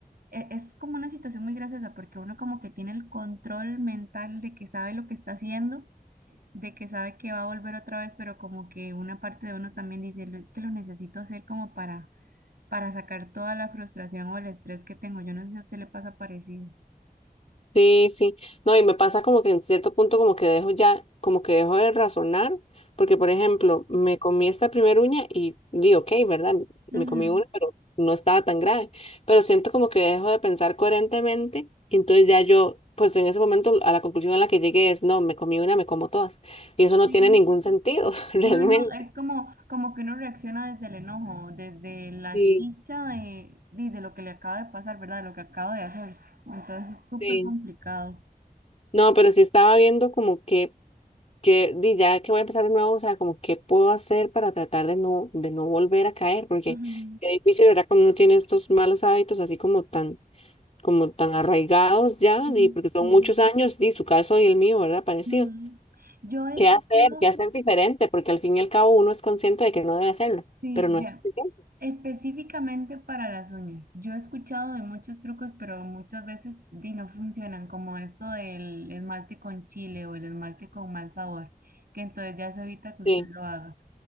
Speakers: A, on the right; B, on the left.
A: e- es como una situación muy graciosa porque uno como que tiene el control mental de que sabe lo que está haciendo de que sabe que va a volver otra vez, pero como que una parte de uno también dice, "Lo- es que lo necesito hacer como para, para sacar toda la frustración o el estrés que tengo. Yo no sé si a usted le pasa parecido.
B: Sí, sí. No, y me pasa como que en cierto punto como que dejo ya, como que dejo de razonar, porque por ejemplo, me comí esta primera uña y di, ok, ¿verdad? Me
A: Ujú,
B: comí una, pero no estaba tan grave. Pero siento como que dejo de pensar coherentemente, y entonces ya yo, pues en ese momento a la conclusión a la que llegué es, no, me comí una, me como todas. Y eso no
A: sí.
B: tiene ningún sentido, <laughs> realmente.
A: No, no, es como, como que uno reacciona desde el enojo, desde la
B: Sí,
A: chicha de, de, de lo que le acaba de pasar, ¿verdad? De lo que acaba de hacerse. Entonces es súper
B: sí.
A: complicado.
B: No, pero sí estaba viendo como que que di, ya que voy a empezar de nuevo, o sea, como qué puedo hacer para tratar de no, de no volver a caer, porque
A: Ujú.
B: qué difícil, ¿verdad? Cuando uno tiene estos malos hábitos así como tan, como tan arraigados ya,
A: Sí,
B: di, porque
A: sí.
B: son muchos años, di, su caso y el mío, ¿verdad? Parecido.
A: ujú. Yo he
B: ¿Qué
A: escuchado,
B: hacer? ¿Qué hacer diferente? Porque al fin y al cabo uno es consciente de que no debe hacerlo,
A: sí,
B: pero no
A: vea,
B: es suficiente.
A: Específicamente para las uñas. Yo he escuchado de muchos trucos, pero muchas veces di, no funcionan, como esto del esmalte con chile o el esmalte con mal sabor, que entonces ya se evita que usted
B: Sí.
A: lo haga.